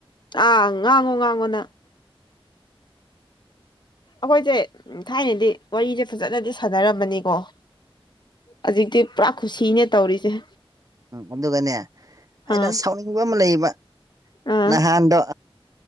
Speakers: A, on the left; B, on the right.
A: ꯑꯥ ꯉꯥꯡꯉꯣ ꯉꯥꯡꯉꯣꯅꯪ ꯑꯩꯈꯣꯏꯁꯦ ꯊꯥꯏꯅꯗꯤ ꯋꯥꯔꯤꯁꯦ ꯐꯖꯅꯗꯤ ꯁꯥꯟꯅꯔꯝꯕꯅꯤꯀꯣ ꯍꯧꯖꯤꯛꯇꯤ ꯄꯨꯔꯥ ꯈꯨꯁꯤꯅꯦ ꯇꯧꯔꯤꯁꯦ
B: ꯎꯝ ꯑꯗꯨꯒꯅꯦ ꯑꯩꯅ
A: ꯑꯥ
B: ꯁꯥꯎꯅꯤꯡꯕ ꯑꯃ ꯂꯩꯌꯦꯕ
A: ꯑꯥ
B: ꯅꯍꯥꯟꯗꯣ